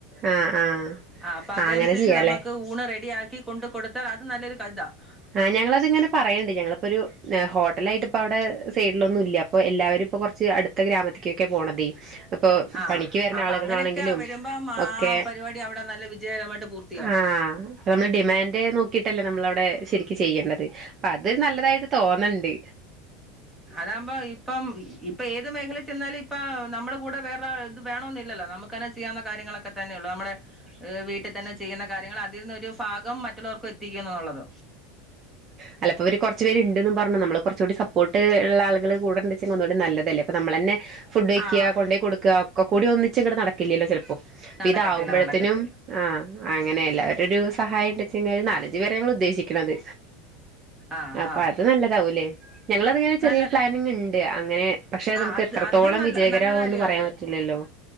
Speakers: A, on the right; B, in the centre.
A: ആഹ് ആഹ്
B: ആഹ് അപ്പഅത്
A: അങ്ങനെ
B: അൻസരിച്ച്
A: ചെയ്യാല്ലേ
B: നമക്ക് ഊണ് റെഡിയാക്കി കൊണ്ട് കൊടുത്താൽ അത് നല്ലൊരു <unintelligible>
A: ആഹ് ഞങ്ങള് അത് ഇങ്ങനെ പറയ്ണ്ട് ഞങ്ങള് ഇപ്പൊരു നെ ഹോ ട്ടലായിട്ട് ഇപ്പ അവടെ സൈഡിലൊന്നും ഇല്യ അപ്പൊ എല്ലാവരും ഇപ്പൊ കാെർച്ച് അട്ത്ത ഗ്രാമത്ത്ക്ക് ഒക്കെ പോണതേ ഇപ്പൊ
B: ആഹ്
A: പണിക്ക് വെര്ന
B: അപ്പൊ
A: ആള്കളാണെങ്കിലും
B: അങ്ങനെയൊക്കെ വരുമ്പം ആ
A: ഒക്കെ
B: പരിപാടി അവിടെ നല്ല വിജയകരമായിട്ട് പൂർത്തിയാവും
A: ആഹ് നമ്മള് ഡിമാൻഡ് നോക്കിയിട്ടല്ല നമ്മള് അവടെ ശരിക്ക് ചെയ്യേണ്ടത് അപ്പ അത് ഒരു നല്ലതായിട്ട് തോന്ന്ണ്ട്
B: അതാവുമ്പൊ ഇപ്പം ഇപ്പഏത് മേഖലെ ചെന്നാലും ഇപ്പാ നമ്മളെ കൂടെ വേറെ ഇത് വേണോന്നില്ലല്ലോ നമുക്കെന്നെ ചെയ്യാവുന്ന കാര്യങ്ങളൊ ക്കെത്തന്നെയുള്ളൂ അമ്മളെ ഹ് വീട്ട്ത്തന്നെ ചെയ്യ്ന്ന കാര്യങ്ങള് അതിൽനിന്ന് ഒരു ഭാഗം മറ്റുള്ളവർക്കും എത്തിക്കാ എന്നുള്ളത്
A: അല്ല ഇപ്പ ഇവര് കാെർച്ച് പേര് ഇണ്ട്ന്നും പറഞ്ഞു നമ്മള് കുറച്ചുംകൂടി സപ്പോർട്ട് ഇള്ള ആള്കള് കൂടെ ഇണ്ട്ച്ചെങ്ങ ഒന്നുകൂടിം നല്ലതെല്ലേ അപ്പ നമ്മളെന്നെ ഫുഡ് വെക്യാ
B: ആഹ്
A: കൊണ്ടോയി കൊട്ക്കാ ഒക്കക്കൂടി ഒന്നിച്ച് ഇങ്ങട് നടക്കില്യല്ലോ ചെലപ്പാെ ഇപ്പ
B: നടക്കത്തില്ല
A: ഇതാവുമ്പഴത്തിനും
B: നടക്കത്തില്ല
A: ആഹ് അങ്ങനെ എല്ലാവരും ഒരു സഹായം ഇണ്ട്ച്ചെങ്ങ ഒരു നാലഞ്ച് പേരെ ഞങ്ങള് ഉദ്ദേശിക്ക്ണത്
B: ആഹ്
A: അപ്പ
B: ആഹ്
A: അത് നല്ലതാവുംലേ ഞങ്ങള് അത് ഇങ്ങനെ ചെറിയൊരു
B: നല്ല
A: പ്ലാനിങ് ഇണ്ട് അങ്ങനെ പക്ഷെ അത്
B: ആഹ്
A: നമുക്ക് എത്രത്തോളം
B: അത് നല്ല
A: വിജയകരാവുന്ന്
B: നല്ല കാര്യവാ
A: പറയാൻ
B: അത്
A: പറ്റില്ലല്ലോ